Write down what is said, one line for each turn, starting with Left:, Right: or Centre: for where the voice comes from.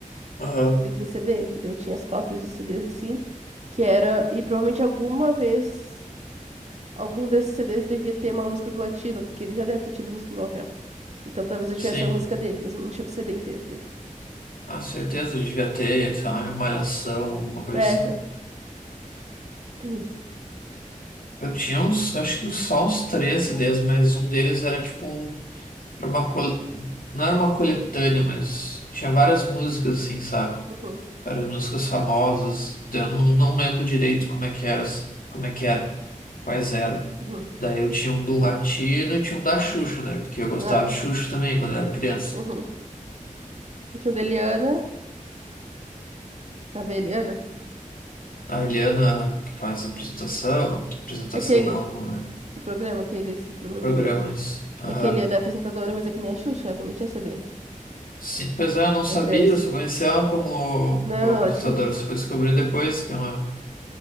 Left: aham,
Right: E daí tem CD. E daí eu tinha as cópias de CDs assim, que era. E provavelmente alguma vez algum desses CDs devia ter uma música do Latino, porque ele já deve ter tido música em novela. Então talvez eu tivesse
Left: sim.
Right: a música dele, mas não tinha o CD inteiro dele.
Left: Ah, certeza, ele devia ter, sei lá, malhação, alguma coisa
Right: É.
Left: assim.
Right: <clears throat>
Left: Eu tinha uns, acho que só uns três CDs, mas um deles era tipo um, era uma, col- não era uma coletânea, mas tinha várias músicas, assim, sabe?
Right: Uhum,
Left: Várias músicas famosas. Eu não, não lembro direito como é que era, como é que era, quais eram.
Right: uhum,
Left: Daí eu tinha um do Latino e tinha um da Xuxa, né? Porque eu gostava
Right: ah,
Left: de Xuxa também quando era criança.
Right: uhum. Eu tinha o da Eliana. Sabe a Eliana?
Left: A Eliana, que faz a apresentação, apresentação
Right: É aquele.
Left: não, é,
Right: O programa, aqueles. O programa
Left: programas.
Right: da Eliana.
Left: Aham.
Right: É que a Eliana é apresentadora, mas é que nem a Xuxa, ela também tinha CD
Left: Sim, pois é, eu não sabia,
Right: pra criança.
Left: eu só conhecia ela como,
Right: Não,
Left: como apresentadora,
Right: ela tinha.
Left: só fui descobrir depois que é uma.